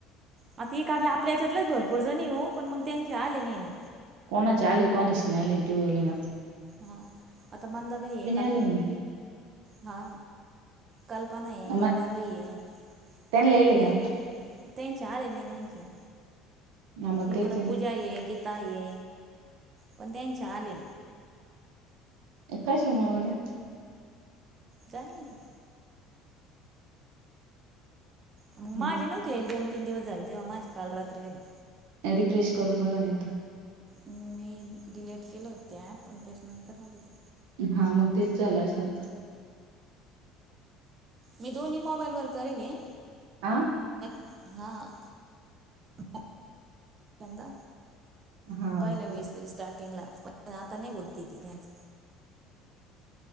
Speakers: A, on the right (about 35°); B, on the right (about 80°).
A: आता काढलं आपल्या यांच्यात भरपूरच नाही हो पण मग त्यांचे आले नाही ना
B: कोण आले कोणच नाही आले तेवले ना आप
A: हा आता म्हणंद भ ये काल
B: आलं म्हणे
A: हा कल्पना आहे मंदबाई
B: मग
A: आहे
B: त्यांना येले का
A: त्यांचे आले नाही ना आणखी.
B: ह मग
A: इकडे
B: तेच आहे
A: पूजा
B: ना
A: ये, गीता ये, पण त्याचे आले.
B: कशामुळे?
A: जाय मि मग
B: गड्या
A: माझे नव्हते येल दोन तीन दिवस झाले तेव्हा माझी काल रात्री आली.
B: रिप्रेश करून बघा ना एकदा.
A: मी डिलेट केलं होते ते ॲप त्याच्या नंतर आले होती.
B: हा मग तेच झालं असण
A: मी दोन्ही मोबाईल वर करेलये.
B: आ
A: हा <unintelligible> धंदा
B: हा
A: पहिले वेळेस लई स्टारटिंगला पण आता नाही होती ती त्यांच